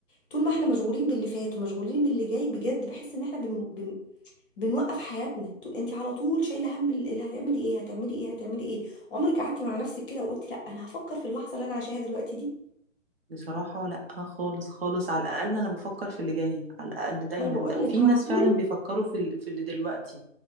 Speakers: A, on the left; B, on the right.
A: طول ما احنا مشغولين باللي فات ومشغولين باللي جاي بجد بحس ان احنا بن... بن... بنوقف حياتنا طول انت على طول شايله هم ال- اللي هتعملي ايه هتعملي ايه هتعملي ايه عمرك قعدتي مع نفسك كده وقلتي لا انا هفكر في اللحظه اللي انا عايشاها دلوقتي دي
B: بصراحة لأ خالص خالص على الأقل أنا بفكر في اللي جاي على الأقل دايما
A: ما انا بقول
B: ده وفي
A: لك على
B: ناس
A: طول
B: فعلا بيفكروا في, ال... في اللي دلوقتي